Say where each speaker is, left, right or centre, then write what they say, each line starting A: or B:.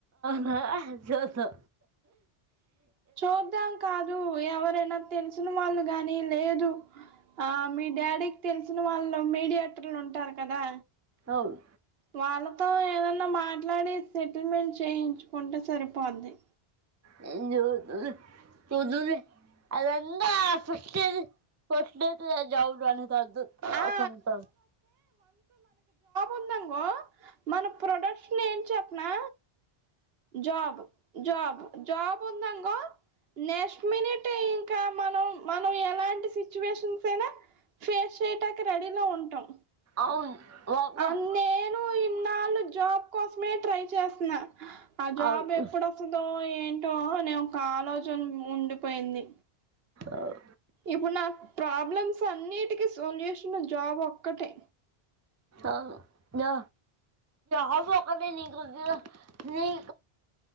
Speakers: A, on the right; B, on the right.
A: అ ఆ జో తో
B: చూద్దాం కాదు ఎవరైనా తెలిసిన వాళ్ళు గానీ లేదు ఆ మీ డాడీకి తెలిసిన వాళ్ళు మీడియేటర్లు ఉంటారు కదా
A: అవును
B: వాళ్ళతో ఏద న మాట్లాడి సెటిల్మెంట్ చేయించుకుంటే సరిపోద్ది
A: చుచూ చూదువులే అదంతా ఫెస్టేజి ఫస్ట్ ఐతద్దది జవురు అనే తదు పాపం
B: ఆ
A: త
B: ఉందంగో మన ప్రొడక్షన్ ఏం చెప్పనా జాబ్ జాబ్ జాబ్ ఉందంగో నెక్స్ట్ మినిట్ ఇంకా మనం మనం ఎలాంటి సిచ్యువేషన్స్ అయినా ఫేస్ చేయటానికి రెడీలో ఉంటాం
A: అవును ఒక
B: అ నేను ఇన్నాళ్ళు జాబ్ కోసమే ట్రై చేస్తున్నా జాబ్
A: అవును
B: ఎప్పుడస్తదో ఏంటో నేను కాలో చున్ ఉండిపోయింది
A: ఆవ్
B: ఇప్పుడు నా ప్రాబ్లమ్స్ అన్నిటికి సొల్యూషను జాబ్ ఒక్కటే
A: అ ద హ కదే నకుకు మ